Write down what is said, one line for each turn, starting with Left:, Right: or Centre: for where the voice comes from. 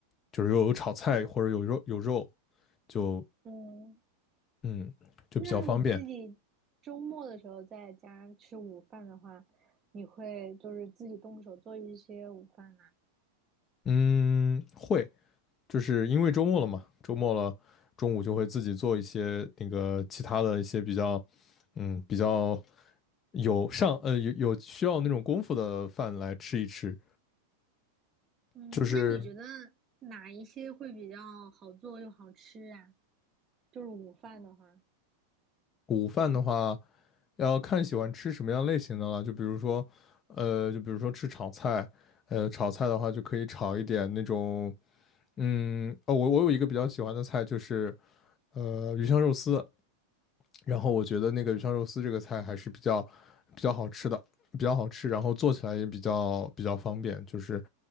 Left: 就是又有炒菜或者有肉有肉，就
Right: 嗯，
Left: 嗯就比较方便。
Right: 那你自己周末的时候在家吃午饭的话，你会就是自己动手做一些午饭吗？
Left: 嗯，会，就是因为周末了嘛，周末了，中午就会自己做一些那个其他的一些比较，嗯，比较有上呃有有需要那种功夫的饭来吃一吃。
Right: 嗯，
Left: 就是
Right: 那你觉得哪一些会比较好做又好吃啊？就是午饭的话，
Left: 午饭的话，要看喜欢吃什么样类型的了，就比如说，呃，就比如说吃炒菜，呃，炒菜的话就可以炒一点那种，嗯，哦，我我有一个比较喜欢的菜就是呃鱼香肉丝。然后我觉得那个鱼香肉丝这个菜还是比较比较好吃的，比较好吃，然后做起来也比较比较方便。就是